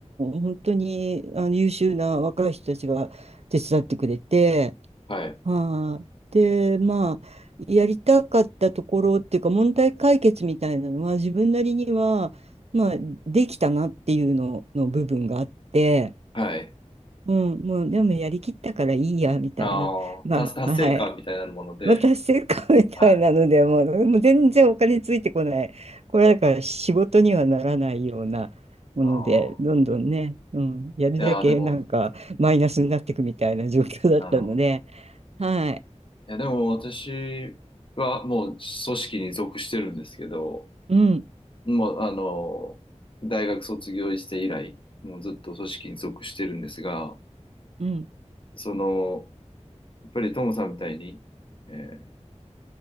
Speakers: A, on the right; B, on the left.
A: 本当にあの優秀な若い人たちが手伝ってくれて、
B: ー、はい、
A: はい。で、まあ、やりたかったところっていうか、問題解決みたいなのは、自分なりには、まあ、できたなっていうのの部分があって、
B: はい。
A: うん、もう、でもやりきったからいいや、みたいな。
B: あー達、
A: まあ、
B: 達成感みたいなもので、
A: はい。まあ、達成感みたいなので、
B: はい。
A: もう、もう全然お金ついてこない。これだから仕事にはならないようなもので、
B: あ
A: どんどんね、うん、やるだけなんかマイナスになっていくみたいな状況だったので、
B: ーいやー、でも、なるほど。
A: はい。
B: いや、でも私はもう組織に属してるんですけど、
A: うん。
B: もう、あの、大学卒業して以来、もうずっと組織に属してるんですが、
A: うん。
B: その、やっぱりトムさんみたいに、えー